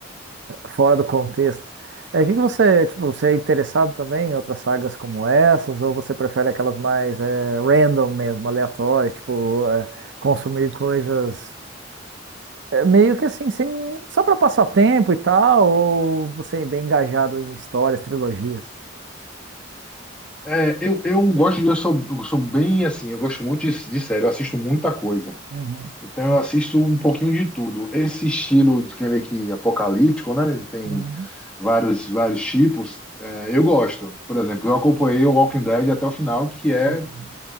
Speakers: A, on the right; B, in the centre.
A: fora do contexto. É, que que você, tipo, você é interessado também em outras sagas como essas, ou você prefere aquelas mais é, random mesmo, aleatórias, tipo, é, consumir coisas é, meio que assim, sem, só para passar tempo e tal, ou você é bem engajado em histórias, trilogias?
B: É, eu, eu gosto de, eu sou, eu sou bem assim, eu gosto muito de, de série, eu assisto muita coisa.
A: Uhum,
B: Então eu assisto um pouquinho de tudo. Esse estilo de quem vê que apocalíptico, né? Tem
A: uhum,
B: vários, vários tipos, é, eu gosto. Por exemplo, eu acompanhei o Walking Dead até o final, que é
A: uhum,